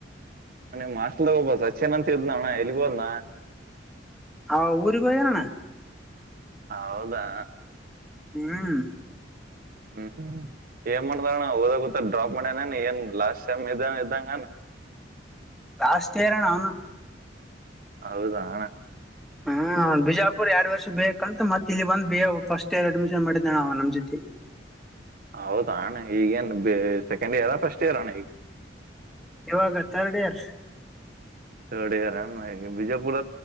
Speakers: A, on the right (about 50°); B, in the centre.
A: ಅ ಮಾಸ್ಟ್ ಒಬ್ಬ ಸಚೇನ್ ಅಂತ ಇದ್ನಣ್ಣ ಎಲ್ಬೋದನಾ
B: ಹೌ ಊರಿಗೆ ಹೋಗೋಣ
A: ಹೌದಾ
B: ಹ್ಮ <inaudible>
A: ಹ್ಮ್ ಹ್ಮ್ ಏನ್ ಮಾಡ್ದಣ ಹಓದ ಗೂತ್ತ ಡ್ರಾ ಮಾಡ್ಯನನ್ ಏನ್ ಲಾಸ್ಟ್ ಟೈಮ್ ಇದ ಇದ್ದಂಗನ್
B: ಜಾಸ್ತಿ ಇರಣ ಅವನು
A: ಹೌದಣ
B: ಹ್ಮ ಬಿಜಾಪುರ್ ಎರಡ್ ವರ್ಷ ಬೇಕಕ್ ಅಂತ ಮತ್ತತ್ ಇಲ್ಲಿ ಬಂದು ಬ ಫಸ್ಟ್ ಇಯರ್ ಅಡ್ಮಿಷನ್ ಮಾಡಿದ್ದೇ ನ ನಮ್ ಜೊತಿ <unintelligible> <inaudible>
A: ಹೌದ ಅಣ್ಣ ಈಗೇನ್ ಸೆಕೆಂಡ್ ಇಯರ್ ಫಸ್ಟ್ ಇಯರ್ ಅಣ್ಣ ಈಗ
B: ಇವಾಗ ಥರ್ಡ್ ಇಯರ್
A: ರ್ಡ್ ಇಯರ್ ಅಣ ಬಿಜಾಪುರ